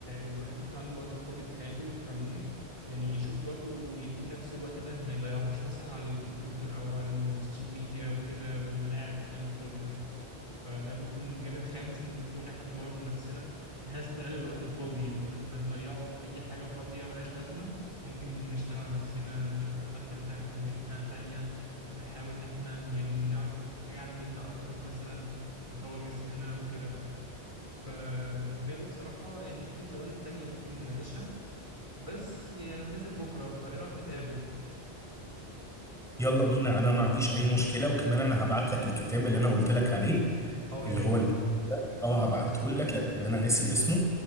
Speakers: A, on the right; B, in the centre.
A: الواحد يكون عنده وقت فاضي في حياته في عموم يعني يشوف برضه ويدي لنفسه الوقت ده ما يضيعهوش مثلا على الكمبيوتر او على السوشيال ميديا وكده واللعب والكلام الفاضي ده فده ممكن جانب خامس نضيفه ان احنا نطور من نفسنا احنا نستغل الوقت الفاضي يعني بدل ما نضيعه في اي حاجة فاضية ملهاش لازمة ممكن نشتغل على نفسنا نشوف لغة تالتة نتعلمها تانية نحاول ان احنا يعني نعرف حاجة عندنا اكتر مثلا نطور جسمنا وكده فبالنسبة لي بصراحة يعني في جوانب تانية ممكن نناقشها بس يعني انا نازل بكرة فايه رأيك نتقابل
B: يلا بينا انا ما عنديش اي مشكله وكمان انا هبعت لك الكتاب اللي انا قلت لك عليه
A: اه
B: اللي
A: يا ريت
B: هو البي اه هبعته لك لان انا ناسي اسمه